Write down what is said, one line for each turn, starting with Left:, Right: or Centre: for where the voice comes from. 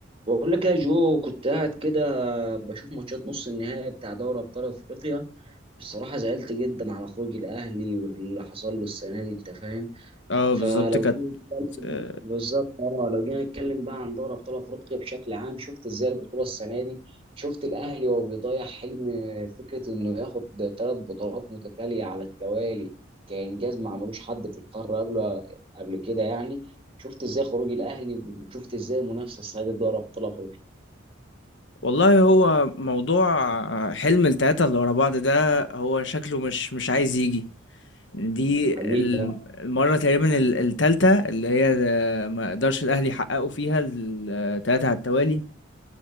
Right: بقول لك يا جو كنت قاعد كده بشوف ماتشات نص النهائي بتاع دوري ابطال افريقيا بصراحه زعلت جدا على خروج الاهلي واللي حصل له السنه دي انت فاهم
Left: اه
Right: فلو
Left: بالظبط كانت
Right: جينا نتكلم
Left: آه،
Right: بالظبط اه لو جينا نتكلم بقى عن دوري ابطال افريقيا بشكل عام شفت ازاي البطوله السنه دي شفت الاهلي وهو بيضيع حلم فكره انه ياخد ثلاث بطولات متتاليه على التوالي كانجاز ما عملوش حد في القاره قبل قبل كده يعني شفت ازاي خروج الاهلي وشفت ازاي المنافسه السنه دي في دوري ابطال افريقيا
Left: والله هو موضوع آه، حلم التلاتة اللي ورا بعض ده هو شكله مش مش عايز يجي دي
Right: حقيقي
Left: الم-
Right: آه.
Left: المرة تقريبا ال- التالتة اللي هي آه، ما قدرش الأهلي يحققوا فيها التلاتة على التوالي